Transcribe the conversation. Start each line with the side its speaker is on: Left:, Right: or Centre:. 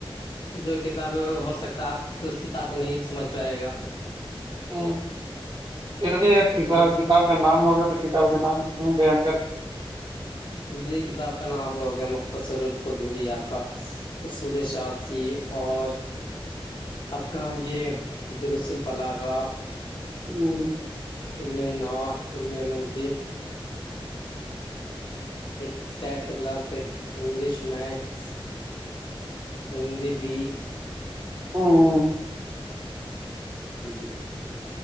Left: جو کتاب ہو سکتا ہے آپ اس کتاب کو نہیں سمجھ پائے گا
Right: ہ پھر بھی ایک ک
Left: بہت
Right: کتاب کا نام ہوا تو کتاب کا نام بھی گنکر
Left: جی کتاب کا نام آپ ہو گیا مختصر القدبی آپ کا اصول شاخی اور آپ کہاں یہ رس البلاغہ
Right: ہاں
Left: علم ناح علم منطق ایک سڈ سا کلاس ہے انگلش میتھس ہندی بی
Right: ہاں
Left: جی